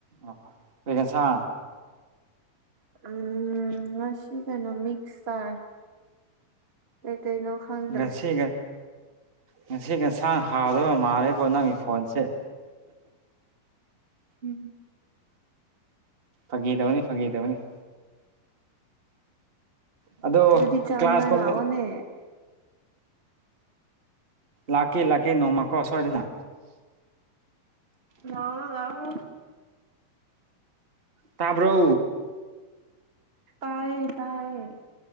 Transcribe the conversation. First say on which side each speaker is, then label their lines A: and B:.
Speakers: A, on the right; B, on the right.
A: ꯑꯣ ꯂꯩꯒꯁ
B: ꯎꯝ ꯃꯁꯤ ꯀꯥꯏꯅ ꯃꯤꯛꯁ ꯇꯥꯏ ꯀꯩꯅꯣ ꯈꯪꯗ꯭ꯔꯦ
A: ꯉꯁꯤ ꯉꯁꯤ ꯉꯁꯥꯡ ꯍꯥꯎꯗꯣꯏꯕ ꯃꯥꯜꯂꯦꯕꯣ ꯅꯪꯒꯤ ꯈꯣꯟꯁꯦ
B: ꯎꯝ
A: ꯐꯀꯤ ꯇ ꯑꯃꯅꯤꯅꯤ ꯐꯀꯤꯔ ꯑꯃꯅꯤꯅꯤ ꯑꯗꯣ
B: ꯑꯗꯨꯗꯤ ꯆꯥꯅꯤꯡꯉ
A: ꯀ꯭ꯂꯥꯁꯀꯨꯝꯕ
B: ꯂꯥꯑꯣꯅꯦ
A: ꯂꯥꯛꯀꯤꯦ ꯂꯀꯀꯤ ꯅꯣꯡꯧꯃꯀꯣ ꯑꯣ ꯑꯗꯨꯗꯅꯥ
B: ꯂ ꯂꯑꯣ
A: ꯇꯥꯕ꯭ꯔꯣ
B: ꯇꯌꯦ ꯇꯥꯌꯦ